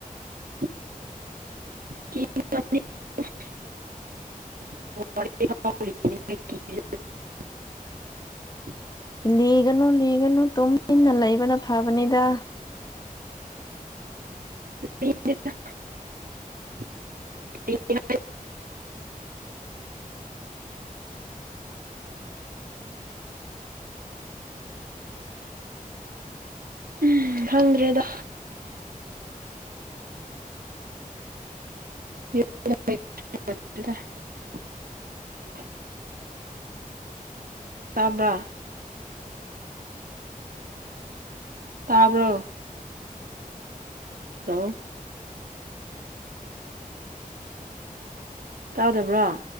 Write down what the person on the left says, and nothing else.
ꯂꯤꯒꯅꯨ ꯂꯤꯒꯅꯨ ꯇꯨꯝ ꯏꯟꯅ ꯂꯩꯕꯅ ꯐꯕꯅꯤꯗ꯫